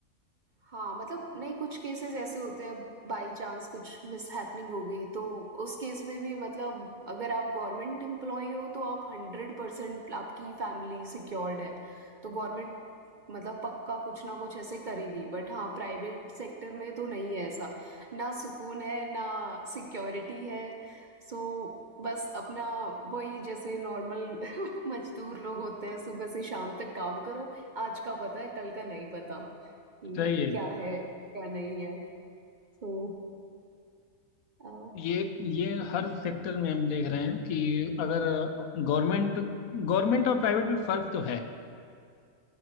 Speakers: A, on the right; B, on the left.
A: हाँ, मतलब नहीं कुछ केसेस ऐसे होते हैं बाई चांस कुछ मिसहैपनिंग हो गई तो उस केस में भी मतलब अगर आप गवर्नमेंट एम्प्लॉई हो तो आप 100% आपकी फैमिली सिक्योर्ड है तो गवर्नमेंट मतलब पक्का कुछ ना कुछ ऐसे करेगी बट हाँ प्राइवेट सेक्टर में तो नहीं है ऐसा ना सुकून है ना सिक्योरिटी है सो बस अपना वही जैसे नॉर्मल <laughs> मजदूर लोग होते हैं सुबह से शाम तक काम करो आज का पता है कल का नहीं पता कि
B: सही है
A: क्या है, क्या नहीं है। सो अ,
B: ये ये हर सेक्टर में हम देख रहे हैं कि अगर गवर्नमेंट गवर्नमेंट और प्राइवेट में फर्क तो है